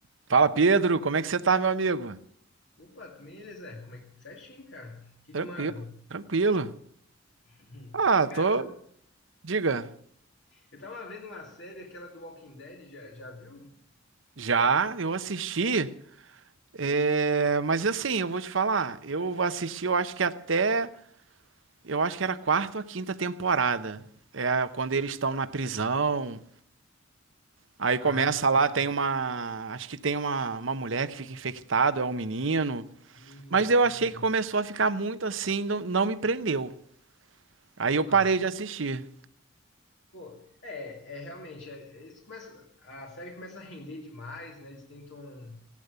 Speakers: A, on the right; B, on the left.
A: Fala, Pedro, como é que você tá, meu amigo?
B: Opa, também, Zé, como é que certinho, cara? O que
A: Tranquilo,
B: que manda?
A: tranquilo.
B: <laughs>
A: Ah,
B: Cara,
A: tô.
B: eu tava,
A: Diga,
B: eu tava vendo uma série, aquela do Walking Dead, já, já viu?
A: já eu assisti, é, mas assim, eu vou te falar, eu assisti, eu acho que até, eu acho que era a quarta ou a quinta temporada, é quando eles estão na prisão. Aí
B: Ah,
A: começa
B: pô,
A: lá, tem uma, acho que tem uma, uma mulher que fica infectada, é um menino.
B: sim,
A: Mas
B: sim.
A: eu achei que começou a ficar muito assim, não, não me prendeu. Aí eu
B: Pá.
A: parei de assistir.
B: Pô, é, é realmente, é, eles começam, a série começa a render demais, né? Eles tentam